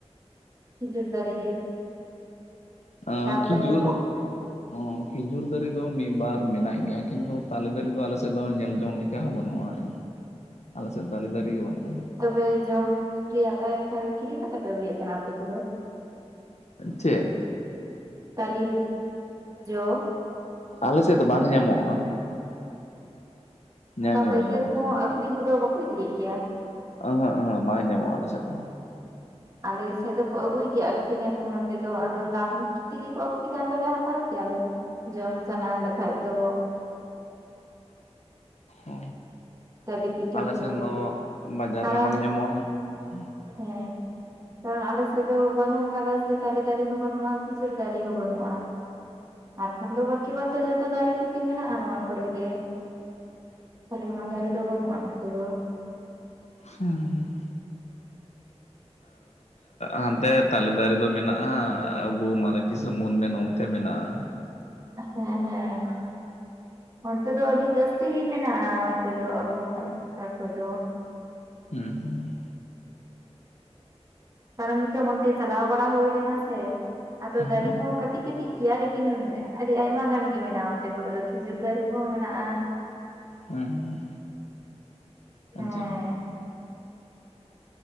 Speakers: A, on the right; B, on the left.
A: ᱠᱷᱤᱡᱩᱨ ᱫᱟᱨᱮ᱾
B: ᱟᱸ
A: ᱰᱟᱵ
B: ᱠᱷᱤᱡᱩᱨ
A: ᱫᱟᱨᱮ ᱠᱚ <inaudible>
B: ᱚᱸ ᱠᱷᱤᱡᱩᱨ ᱫᱟᱹᱨᱮ ᱫᱚ ᱢᱤᱫ ᱵᱟᱨ ᱢᱮᱱᱟᱜ ᱜᱤᱭᱟ ᱠᱤᱱᱛᱩ ᱛᱟᱞᱤ ᱫᱟᱨᱮ ᱫᱚ ᱟᱞᱮ ᱥᱮᱜ ᱫᱚ ᱧᱮᱞ ᱡᱚᱝ ᱞᱮᱠᱟ ᱦᱚᱸ ᱵᱟᱹᱱᱩᱜᱼᱟ᱾ ᱟᱞᱮ ᱥᱮᱫ ᱛᱟᱞᱮ ᱫᱟᱨᱮ ᱜᱮ ᱵᱟᱹᱱᱩᱜᱼᱟ᱾
A: ᱛᱚᱵᱮ ᱡᱚᱢ ᱨᱤᱭᱟᱜ ᱛᱟᱦᱮᱱ ᱠᱷᱟᱡ ᱫᱚ ᱠᱤᱨᱤᱧ ᱠᱟᱛᱮ ᱯᱮ ᱟᱹᱜᱩᱭᱮᱜ ᱠᱟᱱᱟ ᱟᱯᱮ ᱠᱚᱫᱚ?
B: ᱪᱮᱫ?
A: ᱛᱟᱞᱤ ᱡᱚ᱾
B: ᱟᱞᱮ ᱥᱮᱫ ᱫᱚ ᱵᱟᱝ ᱧᱟᱢᱚᱜᱼᱟ᱾ ᱧᱟᱢ
A: ᱚᱱᱠᱟ
B: ᱜᱮ
A: ᱯᱟᱹᱭᱠᱟᱹᱨ
B: ᱵᱟᱝ ᱧᱟᱢᱚᱜᱼᱟ
A: ᱠᱚᱦᱚᱸ ᱟᱠᱷᱨᱤᱧ ᱠᱩᱫᱚ ᱵᱟᱠᱩ ᱤᱫᱤᱭᱮᱜ ᱜᱮᱭᱟ?
B: ᱮᱸᱦᱮᱜ ᱮᱸᱦᱮᱜ ᱵᱟᱝ ᱧᱟᱢᱚᱜ-ᱟ ᱟᱞᱮ ᱥᱮᱫ ᱫᱚ᱾
A: ᱟᱞᱮ ᱥᱮᱫ ᱫᱚᱠᱚ ᱟᱹᱜᱩᱭ ᱜᱮᱭᱟ ᱟᱠᱷᱨᱤᱧᱟᱠᱚ ᱱᱚᱛᱮ ᱫᱚ ᱟᱫᱚ ᱫᱟᱢ ᱛᱤᱜᱤ ᱠᱚ ᱟᱹᱷᱨᱤᱧᱟ ᱟᱫᱚᱞᱮ ᱦᱟᱛᱟᱣ ᱠᱤᱭᱟᱞᱮ ᱡᱚᱢ ᱥᱟᱱᱟ ᱞᱮᱠᱟᱱᱡ ᱫᱚ᱾
B: ᱚ
A: ᱛᱟᱞᱮ ᱯᱤᱴᱷᱟᱹ
B: ᱟᱞᱮ
A: ᱠᱚ
B: ᱥᱮᱱ ᱫᱚ ᱵᱟᱡᱟᱨ
A: ᱠᱟᱨᱚᱱ
B: ᱨᱮ ᱵᱟᱝ ᱧᱟᱢᱚᱜ-ᱟ᱾ <inaudible>
A: ᱦᱮᱸ ᱠᱟᱨᱚᱱ ᱟᱞᱮᱥᱮᱜ ᱫᱚ ᱵᱟᱹᱱᱩᱜ ᱠᱟᱫᱟ ᱥᱮ ᱛᱟᱞᱮ ᱫᱟᱨᱮ ᱦᱚᱸ ᱵᱟᱹᱱᱩᱜ-ᱟ ᱠᱷᱤᱡᱩᱨ ᱫᱟᱨᱮ ᱦᱚᱸ ᱵᱟᱹᱱᱩᱜ-ᱟ ᱾ ᱟᱨᱠᱷᱟᱱ ᱫᱚ ᱵᱟᱠᱤ ᱵᱟᱫ ᱫᱚ ᱡᱷᱚᱛᱚ ᱫᱟᱨᱮ ᱠᱚᱜᱮ ᱢᱮᱱᱟᱜ-ᱟ ᱱᱚᱣᱟ ᱠᱚᱨᱮ ᱜᱮ ᱠᱷᱟᱹᱞᱤ ᱚᱱᱟ ᱫᱟᱨᱮᱹ ᱫᱚ ᱵᱟᱹᱱᱩᱜ-ᱟ ᱱᱚᱛᱮ ᱫᱚ
B: ᱦᱩᱸ ᱦᱩᱸ
A: <unintelligible>
B: ᱦᱟᱱᱛᱮ ᱛᱟᱞᱮ ᱫᱟᱨᱮ ᱫᱚ ᱢᱮᱱᱟᱜ-ᱟ ᱟᱵᱚ ᱢᱟᱨᱮ ᱫᱤᱥᱚᱢ ᱵᱚᱱ ᱢᱮᱱ ᱚᱱᱛᱮ ᱢᱮᱱᱟᱜ-ᱟ
A: ᱦᱮᱸ ᱦᱮᱸ ᱚᱱᱛᱮ ᱫᱚ ᱟᱹᱰᱤ ᱡᱟᱹᱥᱛᱤ ᱜᱮ ᱢᱮᱱᱟᱜ-ᱟ ᱛᱮᱫᱚ ᱟᱵᱚ <inaudible> ᱠᱚ ᱫᱚ
B: ᱩᱸᱻᱻ
A: ᱠᱟᱨᱚᱱ ᱱᱤᱛᱚᱜ ᱦᱚᱸ ᱚᱱᱛᱮ ᱪᱟᱞᱟᱣ ᱵᱟᱲᱟ ᱦᱩᱭ ᱞᱮᱱᱟ ᱥᱮ ᱟᱫᱚ
B: ᱦᱩᱸ
A: ᱫᱟᱨᱮ ᱠᱚᱦᱚᱸ ᱠᱟᱹᱴᱤᱡ ᱠᱟᱹᱴᱤᱡ ᱜᱮᱭᱟ ᱞᱮᱠᱤᱱ ᱟᱹᱰᱤ ᱟᱭᱢᱟ ᱜᱟᱱ ᱜᱮ ᱢᱮᱱᱟᱜ-ᱟ ᱚᱱᱛᱮ ᱠᱚᱨᱮ ᱫᱚ ᱠᱷᱤᱡᱩᱨ ᱫᱟᱨᱮ ᱠᱚᱦᱚᱸ ᱢᱮᱱᱟᱜ-ᱟ ᱾
B: ᱦᱮᱸ
A: ᱦᱮᱸ
B: ᱟᱪᱷᱟ